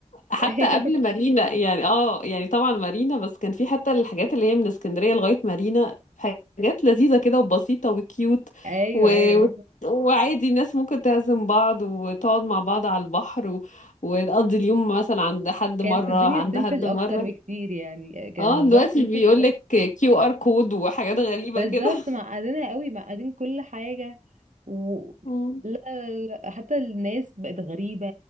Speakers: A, on the left; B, on the right.
A: حتى
B: ايوه
A: قبل مارينا يعني اه يعني طبعا مارينا بس كان في حتى الحاجات اللي هي من اسكندرية لغاية مارينا حاجات لذيذة كده وبسيطة وكيوت
B: ايوه
A: و...
B: ايوه
A: و... وعادي الناس ممكن تعزم بعض وتقعد مع بعض على البحر و... وتقضي اليوم مثلا عند حد
B: كانت
A: مرة
B: الدنيا
A: عند
B: سيمبل
A: حد مرة
B: اكتر بكتير يعني كان
A: اه
B: الموضوع
A: دلوقتي
B: سيمبل
A: بيقولك
B: قوي
A: كيو ار كود وحاجات غريبة
B: بالظبط
A: كده
B: معقدينها قوي معقدين كل حاجه و
A: مم.
B: لا, لا لا، حتى الناس بقت غريبه